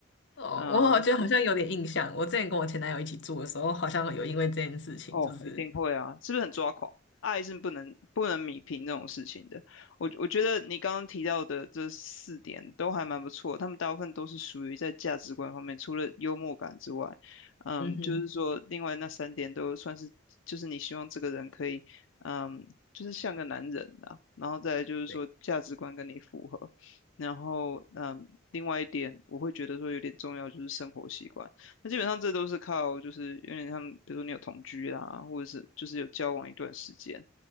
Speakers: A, on the left; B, on the left.
A: 哦，
B: 呃
A: 我好像好像有点印象，我之前跟我前男友一起住的时候，好像有因为这件事情，
B: 哦，
A: 就是
B: 一定会啊，是不是很抓狂？爱是不能不能米平这种事情的。我我觉得你刚刚提到的这四点都还蛮不错，他们大部分都是属于在价值观方面，除了幽默感之外，嗯，
A: 嗯哼，
B: 就是说另外那三点都算是，就是你希望这个人可以，嗯，就是像个男人呐、然后再来就是说价值观跟你符合，
A: 对，
B: 然后嗯，另外一点我会觉得说有点重要就是生活习惯。那基本上这都是靠，就是有点像，比如说你有同居啦，或者是就是有交往一段时间，